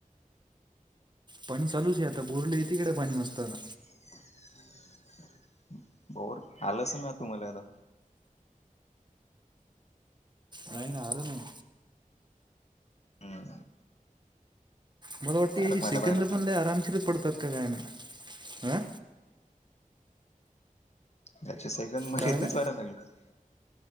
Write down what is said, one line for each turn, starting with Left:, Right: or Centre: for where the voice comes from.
Right: पाणी चालूच आहे आता बोरले येती तीकडे पाणी मस्त आता
Left: <unintelligible> बोर आलं असेल ना तुम्हाला आता
Right: नाही ना आलं नाही
Left: हम्म
Right: मला वाटतें
Left: तारक
Right: याची सेकंद
Left: मेहता पाहायला लागते
Right: पण लय आरामशीर पडतात का काय माहित अं?
Left: त्याचे सेगन मला
Right: काय झालं
Left: तेेच वाढाव लागले <unintelligible>